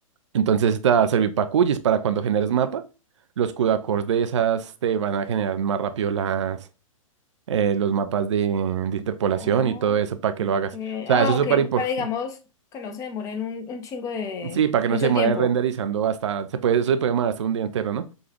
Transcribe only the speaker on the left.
Oh,
ok.
Ah,
ok,
para digamos que no se demoren un, un chingo de
mucho
tiempo.